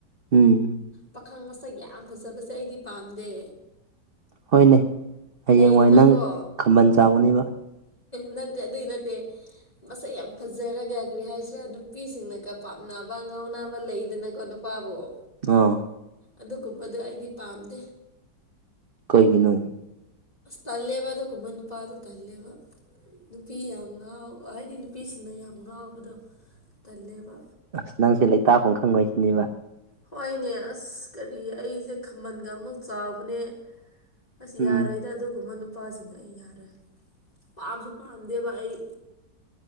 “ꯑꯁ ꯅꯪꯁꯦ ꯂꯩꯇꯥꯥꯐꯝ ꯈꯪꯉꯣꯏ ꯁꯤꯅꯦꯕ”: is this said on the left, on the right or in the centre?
Right